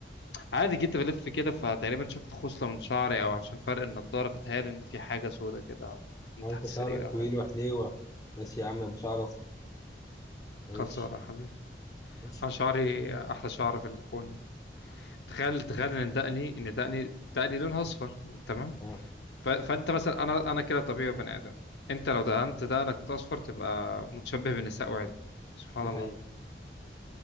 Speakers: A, on the left; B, on the left.
A: عادي جيت بلف كده فتقريبا شفت خصلة من شعري او عشان فرق النضارة فتهيألي ان في حاجة سودة كده من
B: هو
A: تحت
B: أنت
A: السرير
B: شعرك
A: او
B: طويل
A: حاجة
B: وحليوة ماشي يا عم أبو شعر أصفر ماشي
A: خلصانه يا حبيبي
B: <laughs>
A: انا شعري احلى شعر في الكون تخيل تخيل ان دقني ان دقني دقني لونها اصفر تمام
B: آه
A: ف... فانت مثلا انا انا كده طبيعي بني ادم انت لو دهنت دقنك اصفر تبقى متشبه بالنساء وعادي سبحان
B: دي حقيقة
A: الله